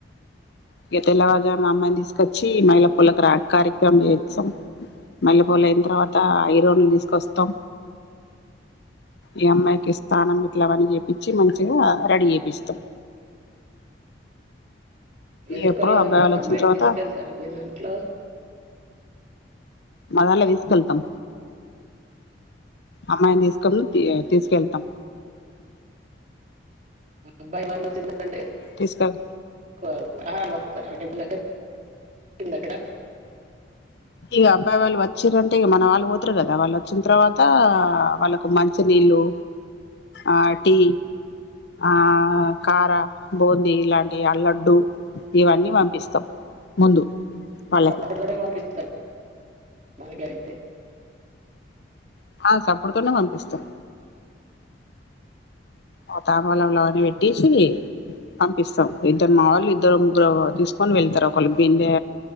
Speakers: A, on the left (about 60°); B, on the right (about 40°).
A: ఇక తెల్లవారుజామున అమ్మాయిని తీసుకొచ్చి మైల పోలుకు కార్యక్రమం చేయిస్తాం మైల పూలు అయిన తర్వాత ఐరోన్లు తీసుకొస్తాం ఈ అమ్మాయికి స్నానం ఇట్లావని చేయించి మంచిగా రెడీ చేపిస్తాం
B: ఎదురుకొళ్ళ
A: ఎప్పుడు అబ్బాయి
B: దగ్గర
A: వాళ్ళు
B: అమ్మాయిని
A: వచ్చిన తర్వాత
B: తీసుకెళ్తారా మీ దాంట్లో
A: మదానిలో తీసుకెళ్తాం అమ్మాయిని తీసుకె తీసుకెళతాం
B: అబ్బాయి వాళ్ళ తిందాం అంటే
A: తీసుకెళ్
B: <unintelligible> ఫలహారాలు పంపుతారా ఆ టెంపుల్ దగ్గర
A: ఇక అబ్బాయి వాళ్ళ వచ్చిర్రంటే ఇక మన వాళ్ళు పో తరు కదా వాళ్ళు వచ్చిన తర్వాత వాళ్ళకు మంచినీళ్ళు ఆ టీ ఆ కార బూందీ ఇలాంటి అ లడ్డు ఇవన్నీ పంపిస్తాం ముందు వాళ్ళకి
B: చెప్పకూడదు అటే వాళ్ళవి <unintelligible> బాగా అయితే
A: ఆ చప్పుడుతోనే పంపిస్తాం ఓ తాంబూలంలో అన్నీ పెట్టేసి పంపిస్తాం ఇద్దరు మా వాళ్ళు ఇద్దరు ముగ్గురో తీసుకొని వెళతారు ఒకలు బిందె